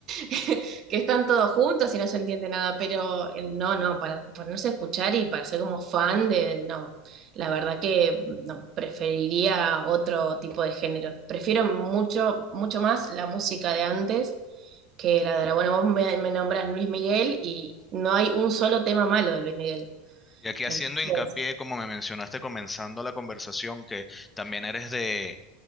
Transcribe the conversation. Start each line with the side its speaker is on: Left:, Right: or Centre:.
Right: <laughs> que están todos juntos y no se entiende nada, pero eh, no, no, para ponerse a escuchar y para ser como fan de, no, la verdad que no, preferiría otro tipo de género. Prefiero mucho, mucho más la música de antes que la de ahora. Bueno, vos me, me nombras Luis Miguel y no hay un solo tema malo de Luis Miguel.
Left: Y aquí
Right: Entonces,
Left: haciendo hincapié, como me mencionaste comenzando la conversación, que también eres de,